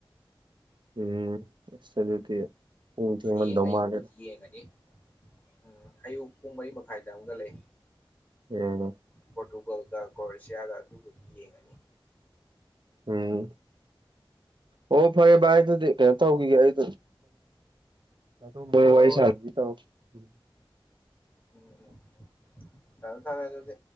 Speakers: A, on the right (about 60°); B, on the left (about 20°).
A: ꯎꯝ ꯑꯁ ꯑꯗꯨꯗꯤ ꯄꯨꯡ ꯊꯦꯡꯃꯟꯗꯧ
B: ꯍꯌꯦꯡ ꯑꯌꯨꯛꯄꯨꯗꯤ
A: ꯃꯥꯜꯂꯦꯗ
B: ꯌꯦꯉꯅꯤ ꯎꯝ ꯑꯌꯨꯛ ꯄꯨꯡ ꯃꯔꯤ ꯃꯈꯥꯏꯗ ꯑꯃꯒ ꯂꯩ
A: ꯎꯝ
B: ꯄꯣꯔꯇꯨꯒꯜꯒ ꯀꯣꯔꯁꯤꯌꯥꯒ ꯑꯗꯨꯕꯨꯗꯤ ꯌꯦꯡꯉꯅꯤ
A: ꯎꯝ ꯑꯣ ꯐꯔꯦ ꯚꯥꯏ ꯑꯗꯨꯗꯤ ꯀꯩꯅꯣ ꯇꯧꯈꯤꯒꯦ ꯑꯩ <unintelligible>
B: ꯍꯣꯏ ꯎꯝ ꯊꯝꯃꯦ ꯊꯝꯃꯦ ꯑꯗꯨꯗꯤ